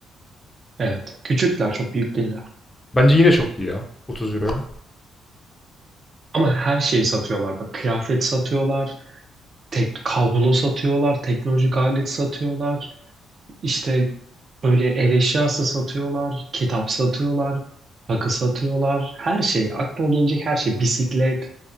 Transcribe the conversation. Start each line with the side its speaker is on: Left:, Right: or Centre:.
Right: Evet. Küçükler çok büyük değiller.
Left: Bence yine çok iyi ya. 30 euro.
Right: Ama her şeyi satıyorlar. Bak kıyafet satıyorlar, tek kablo satıyorlar, teknolojik alet satıyorlar. İşte böyle ev eşyası satıyorlar, kitap satıyorlar, takı satıyorlar. Her şey, aklına gelecek her şey. Bisiklet.